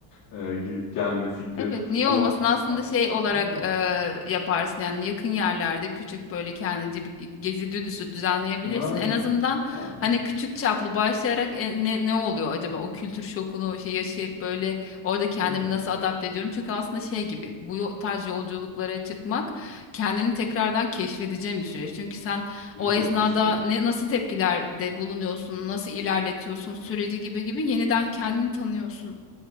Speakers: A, on the left (about 45°); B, on the left (about 30°).
A: eee, gidip gelme fikri
B: Evet, niye
A: ama
B: olmasın? Aslında
A: a
B: şey olarak
A: aynen,
B: e, yaparsın yani yakın yerlerde küçük böyle kendince bir gezi dönüşü düzenleyebilirsin.
A: aynen,
B: En azından
A: aynen.
B: hani küçük çaplı başlayarak e, ne ne oluyor acaba o kültür şokunu şey yaşayıp böyle orada kendimi
A: Evet,
B: nasıl adapte ediyorum? Çünkü aslında şey gibi bu yo- tarz yolculuklara çıkmak kendini tekrardan keşfedeceğin bir süreç. Çünkü sen
A: kesinlikle
B: o esnada
A: bir keşif oluyor.
B: ne nasıl tepkilerde bulunuyorsun, nasıl ilerletiyorsun süreci gibi gibi yeniden kendini tanıyorsun.